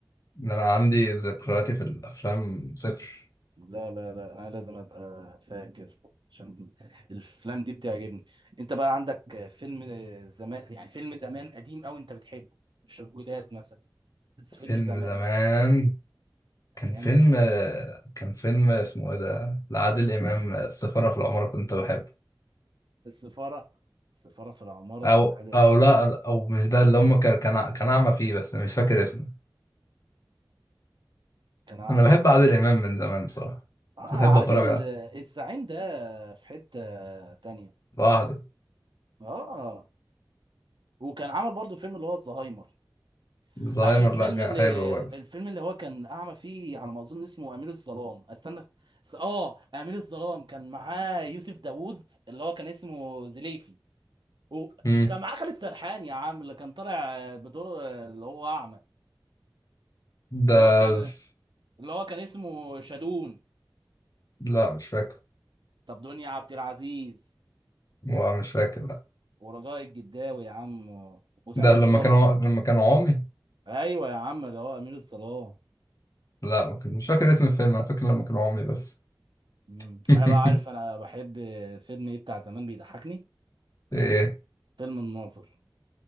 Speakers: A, on the left; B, on the right.
A: ده أنا عندي ذكرياتي في الأفلام صفر
B: لا لا لا انا لازم ابقى فاكر عشان الافلام دي بتعجبني انت بقى عندك فيلم زمان يعني فيلم زمان قديم قوي انت بتحبه مش الجداد مثلا بس فيلم
A: فيلم
B: زمان
A: زمان كان
B: ايام
A: فيلم
B: زمان.
A: كان فيلم اسمه إيه ده لعادل إمام السفارة في العمارة كنت بحبه
B: السفاره السفاره في العماره
A: او
B: عادل
A: او لا او مش ده اللي هم كان كان ع- كان اعمى فيه بس مش فاكر اسمه
B: كان اعمى
A: انا بحب
B: فيه
A: عادل امام من زمان بصراحه
B: اه
A: كنت
B: عادل
A: بحب اتفرج على
B: الزعيم ده في حته تانية
A: لوحده
B: اه وكان عمل برضو فيلم اللي هو الزهايمر
A: زهايمر
B: آه، الفيلم
A: لا جا-
B: اللي
A: حلو برضه
B: الفيلم اللي هو كان اعمى فيه على ما اظن اسمه امير الظلام استنى س- اه امير الظلام كان معاه يوسف داوود اللي هو كان اسمه زليفي وكان
A: امم
B: معاه خالد سرحان يا عم اللي كان طالع آه، بدور آه، اللي هو اعمى
A: ده
B: اللي هو كان
A: ف-
B: اللي هو كان اسمه شادون
A: لا مش فاكر
B: طب دنيا عبد العزيز
A: هو مش فاكر لا
B: ورجاء الجداوي يا عم وسعيد
A: ده لما
B: صالح
A: كانوا لما كانوا عمي
B: ايوه يا عم اللي هو امير الظلام
A: لا ما كان- مش فاكر اسم الفيلم انا فاكر لما كانوا عمي بس
B: مم.
A: <laughs>
B: انا بقى عارف انا بحب فيلم ايه بتاع زمان بيضحكني
A: ايه
B: فيلم الناظر